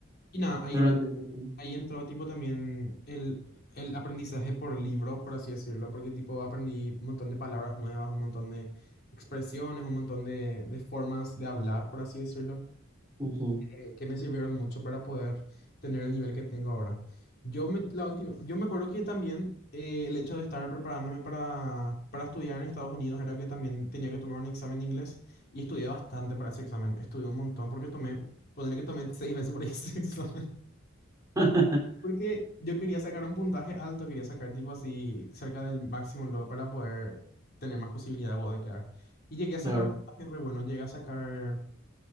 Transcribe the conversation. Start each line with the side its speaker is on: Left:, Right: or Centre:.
Left: Y nada, ahí
Right: claro, entiendo, entiendo.
Left: Ahí entró tipo también el, el aprendizaje por libro, por así decirlo, porque tipo aprendí un montón de palabras nuevas, un montón de expresiones, un montón de, de formas de hablar, por así decirlo,
Right: ujú.
Left: eh, que me sirvieron mucho para poder tener el nivel que tengo ahora. Yo me, la última, yo me acuerdo que también eh, el hecho de estar preparándome para, para estudiar en Estados Unidos era que también tenía que tomar un examen de inglés y estudié bastante para ese examen, estudié un montón porque tomé, ponerle que tomé seis veces por ese <laughs> examen.
Right: <laughs>
Left: Porque yo quería sacar un puntaje alto, quería sacar tipo así cerca del máximo luego para poder tener más posibilidad de vos de quedar. Y llegué a sacar
Right: Claro.
Left: un puntaje re bueno, llegué a sacar,